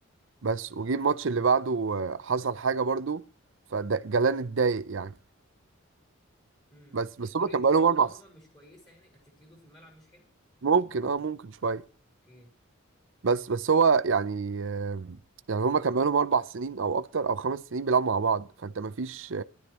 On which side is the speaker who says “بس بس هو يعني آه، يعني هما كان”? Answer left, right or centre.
Right